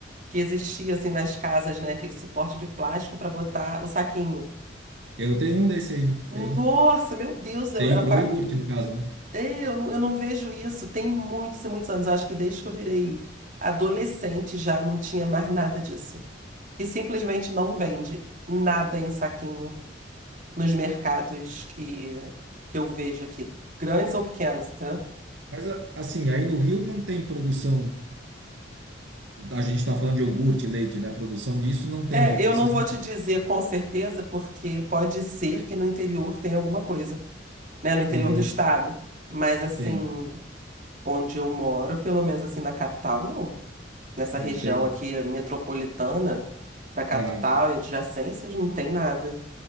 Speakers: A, on the right; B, on the right.
A: que existia assim nas casas, né? Aquele suporte de plástico para botar o saquinho.
B: Eu tenho um desse ainda,
A: Nossa,
B: tenho.
A: meu Deus, eu,
B: Tenho
A: eu,
B: pro iogurte, no caso, né?
A: É, eu não, eu não vejo isso. Tem muitos e muitos anos. Eu acho que desde que eu virei adolescente já não tinha mais nada disso. E simplesmente não vende nada em saquinho nos mercados que, que eu vejo aqui, grandes ou pequenos, entendeu?
B: Mas, a- assim, aí no Rio não tem produção. A gente está falando de iogurte, leite, né? Produção disso não tem.
A: É,
B: é, Vocês
A: eu não vou
B: não
A: te dizer com certeza, porque pode ser que no interior tenha alguma coisa, né? No interior
B: têm. Uhum,
A: do estado. Mas assim,
B: sim,
A: onde eu moro, pelo menos assim na capital, não. Nessa
B: não
A: região
B: tem.
A: aqui metropolitana da capital
B: Aham,
A: e adjacências, não tem nada.